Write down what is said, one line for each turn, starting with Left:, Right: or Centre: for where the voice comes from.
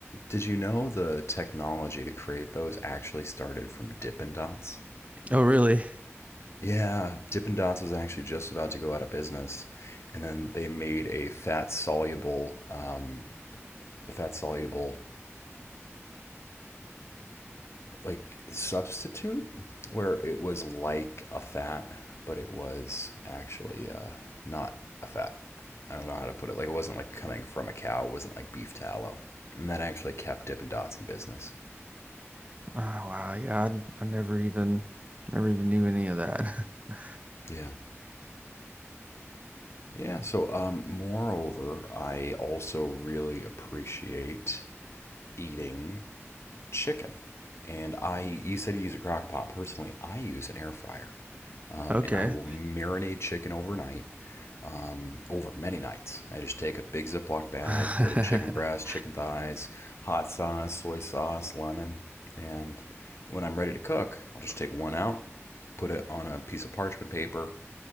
Left: did you know the technology to create those actually started from Dippin' Dots?
Right: Oh, really?
Left: Yeah, Dippin' Dots was actually just about to go out of business, and then they made a fat soluble, um, fat soluble like substitute where it was like a fat, but it was actually uh, not a fat. I don't know how to put it. Like it wasn't like coming from a cow. It wasn't like beef tallow, and that actually kept Dippin' Dots in business.
Right: Oh, wow. Yeah, I I never even never even knew any of that. <laughs>
Left: Yeah. Yeah, so um, moreover, I also really appreciate eating chicken. And I, you said you use a crock pot. Personally, I use an air fryer. Um,
Right: Okay.
Left: and I will marinate chicken overnight, um, over many nights. I just take a big Ziploc bag,
Right: <laughs>
Left: put in chicken breasts, chicken thighs, hot sauce, soy sauce, lemon. And when I'm ready to cook, I'll just take one out, put it on a piece of parchment paper,